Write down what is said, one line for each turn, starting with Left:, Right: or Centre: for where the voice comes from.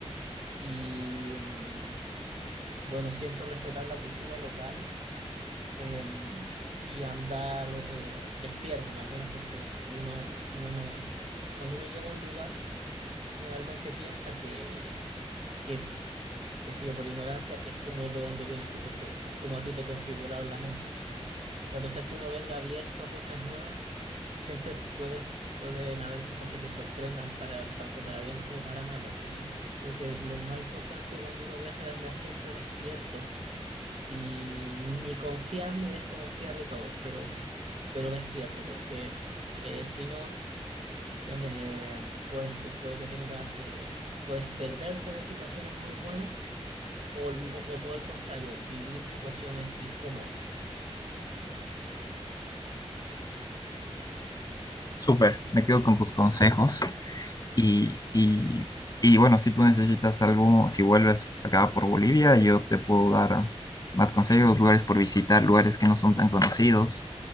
Right: y mm, bueno, siempre respetar la cultura local em, y andar eh, despierto, ¿me entiendes? Porque uno, uno no, cuando uno llega a un lugar, generalmente piensa que, que qué sé yo, por ignorancia, que es como de dónde vienes tú, porque es que es como a ti te configuraron la mente, ¿me entiendes? Y a pesar que uno venga abierto a cosas nuevas, siempre puedes, pueden haber cosas que te sorprendan para, tanto para bien como para mal. Entonces, creo que lo más importante cuando uno viaja es andar siempre despierto y ni confiar ni desconfiar de todos, pero, pero despierto, porque eh, si no, ¿entiendes? Eh, puedes que, puede que tengas, eh, puedes perderte de situaciones muy buenas o, lo- o todo el contrario, vivir situaciones incómodas.
Left: Súper,
Right: Eso,
Left: me
Right: eso.
Left: quedo con tus consejos. Y, y, y bueno, si tú necesitas algo, si vuelves acá por Bolivia, yo te puedo dar más consejos, lugares por visitar, lugares que no son tan conocidos